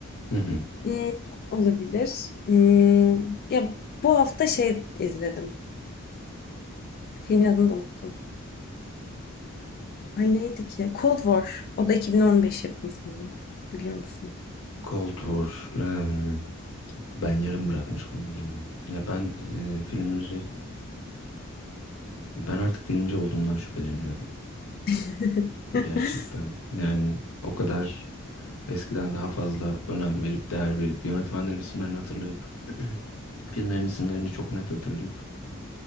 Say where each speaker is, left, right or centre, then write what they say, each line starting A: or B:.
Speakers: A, on the left (about 75°); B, on the left (about 45°).
A: Hı hı.
B: Hmm, olabilir. Hmm, ya bu hafta şey izledim. Filmin adını da unuttum. Ay neydi ki? Cold War. O da 2015 yapımı sanırım. Biliyor musun?
A: Cold War. em, ben yarım bırakmış olabilirim onu. Ya ben e, filmleri Ben artık filmci olduğumdan şüpheleniyorum.
B: <laughs>
A: Gerçekten. Yani o kadar eskiden daha fazla önem verip, değer verip, yönetmenlerin isimlerini hatırlayıp, <clears throat> filmlerin isimlerini çok net hatırlayıp